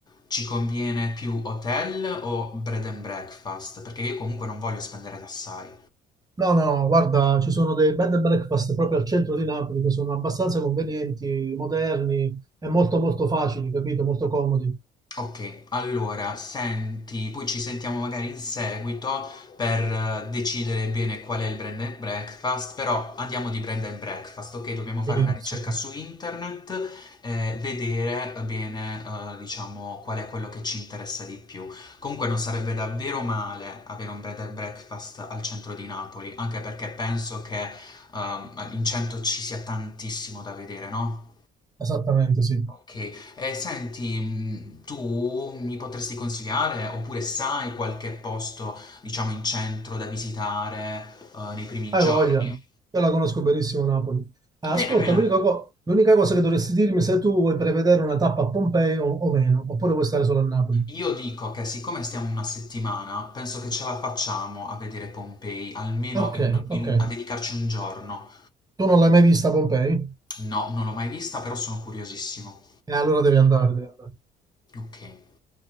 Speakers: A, on the left; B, on the right.
A: ci conviene più hotel o bread and breakfast? Perché io comunque non voglio spendere assai.
B: No, no, no, guarda, ci sono dei bed and breakfast proprio al centro di Napoli che sono abbastanza convenienti, moderni e molto molto facili, capito? Molto comodi.
A: Okay, allora senti poi ci sentiamo magari in seguito per eh, decidere bene qual è il Brand and Breakfast, però andiamo di Brand and Breakfast, okay, dobbiamo fare
B: Sì,
A: una ricerca
B: sì,
A: su internet, ehm, vedere bene, uhm, diciamo qual è quello che ci interessa di più. Comunque non sarebbe davvero male avere un Bed and Breakfast al centro di Napoli, anche perché penso che, uhm, in centro ci sia tantissimo da vedere, no?
B: esattamente, sì.
A: Ok, e senti, mh, tu mi potresti consigliare oppure sai qualche posto, diciamo, in centro da visitare eh, nei primi
B: Hai
A: giorni?
B: voglia, io la conosco benissimo Napoli. Ah, ascolta,
A: Bene, Mhm. bene.
B: l'unica co- l'unica cosa che dovresti dirmi è se tu vuoi prevedere una tappa a Pompei o, o meno, oppure vuoi stare solo a Napoli.
A: Io dico che siccome stiamo una settimana, penso che ce la facciamo a vedere Pompei, almeno
B: Ah, Ok,
A: in- in
B: ok.
A: un- a dedicarci un giorno.
B: Tu non l'hai mai vista a Pompei?
A: No, non l'ho mai vista, però sono curiosissimo.
B: E allora devi andare, devi andare.
A: Ok, Eh,